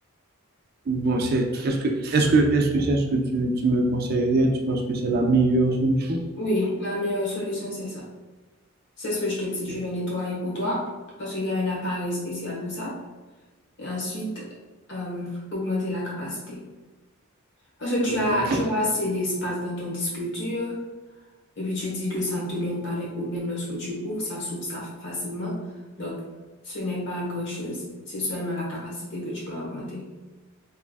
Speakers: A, on the right; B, on the left.
A: Bon, c'est, est-ce que, est-ce que, est-ce que c'est ce que tu, tu me conseillerais? Tu penses que c'est la meilleure solution?
B: Oui, la meilleure solution, c'est ça. C'est ce que je t'ai dit.
A: Ok,
B: Je vais nettoyer pour toi parce qu'il y a un appareil spécial pour ça. Et ensuite, euh, augmenter la capacité. Parce que tu
A: ok,
B: as, tu as assez d'espace dans ton disque dur. Et puis tu dis que ça ne te donne pas des problèmes lorsque tu ouvres, ça s'ouvre ça facilement. Donc, ce n'est pas grand-chose, c'est seulement la capacité que tu dois augmenter.